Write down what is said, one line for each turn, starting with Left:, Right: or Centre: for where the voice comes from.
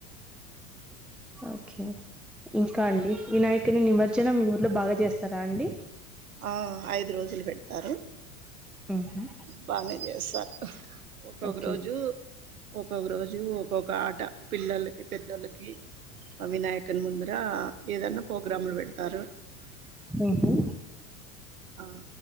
Centre: ఓకే ఇంకా అండి వినాయ్ ఓకే నిమజనం ఊరిలో బాగ చేస్తారా అండి
Right: ఆ ఐదు రోజులు పెడతారు
Centre: ఆహా
Right: బానే చేస్తారు ఒక్కొక్క
Centre: ఓకే
Right: రోజు ఒక్కొక్క రోజు ఒక్కొక్క ఆట పిల్లలకి పెద్దలకి వినాయకని ముందర ఏదన్న ప్రోగ్రాంలు పెడతారు
Centre: హుహు.
Right: ఆ